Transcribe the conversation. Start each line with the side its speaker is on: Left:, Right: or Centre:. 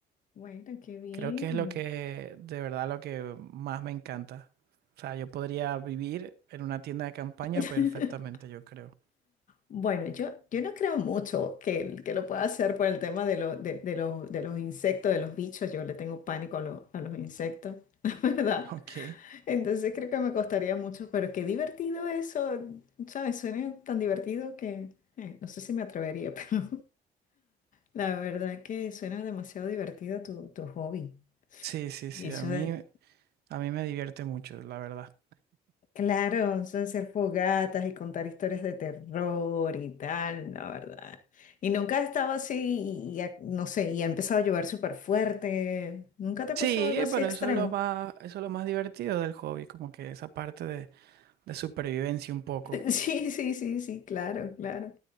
Left: Bueno, qué bien.
Right: Creo que es lo que, de verdad, lo que más me encanta. O sea, yo podría vivir en una tienda de campaña
Left: <laughs>
Right: perfectamente, yo creo.
Left: Bueno, yo, yo no creo mucho que, que lo pueda hacer por el tema de, lo- de, de los, de los insectos, de los bichos. Yo le tengo pánico a, lo- a los insectos, <laughs> la verdad.
Right: <laughs> Ok.
Left: Entonces creo que me costaría mucho, pero qué divertido eso. ¿Sabes? Suena tan divertido que eh, no sé si me atrevería, <laughs> pero la verdad que suena demasiado divertido tu, tu hobby.
Right: Sí, sí, sí,
Left: Y eso
Right: a mí,
Left: de
Right: a mí me divierte mucho, la verdad.
Left: Claro, son hacer fogatas y contar historias de terror y tal, la verdad. Y nunca ha estado así, y ha- no sé, y ha empezado a llover súper fuerte. ¿Nunca te ha
Right: Sí,
Left: pasado algo así
Right: pero
Left: extremo?
Right: eso es lo más, eso es lo más divertido del hobby, como que esa parte de, de supervivencia un poco.
Left: <laughs> Sí, sí, sí, sí, claro, claro.